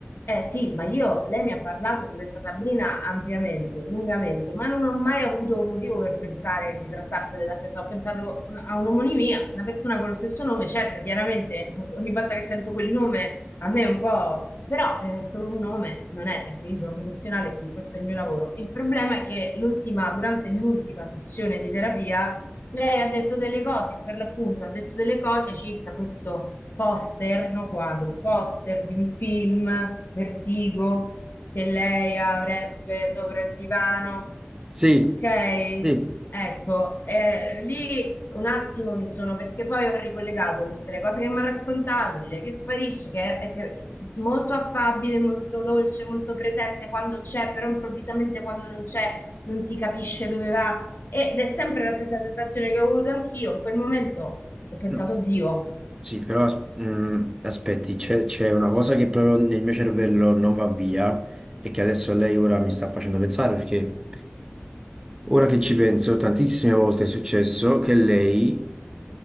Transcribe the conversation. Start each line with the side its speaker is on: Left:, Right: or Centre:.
Left: Eh sì, ma io, lei mi ha parlato di questa Sabrina ampiamente, lungamente, ma non ho mai avuto motivo per pensare che si trattasse della stessa. Ho pensato a un'omonimia, una persona con lo stesso nome, certo, chiaramente <laughs> ogni volta che sento quel nome a me è un po'... però è solo un nome, non è... ecco, Io sono professionale qui, questo è il mio lavoro. Il problema è che l'ultima, durante l'ultima sessione di terapia, lei ha detto delle cose, per l'appunto ha detto delle cose circa questo poster, no quadro, poster di un film, Vertigo, che lei avrebbe sopra il divano.
Right: Sì,
Left: Ok?
Right: sì.
Left: Ecco, eh, lì un attimo mi sono, perché poi ho ricollegato con tutte le cose che mi ha raccontato, di lei che sparisce, che è, è che- molto affabile, molto dolce, molto presente quando c'è, però improvvisamente quando non c'è non si capisce dove va. Ed è sempre la stessa sensazione che ho avuto anch'io. In quel momento ho pensato,
Right: No.
Left: Dio.
Right: Sì, però as- mh, aspetti, c'è c'è una cosa che proprio nel mio cervello non va via e che adesso lei ora mi sta facendo pensare perché ora che ci penso, tantissime volte è successo che lei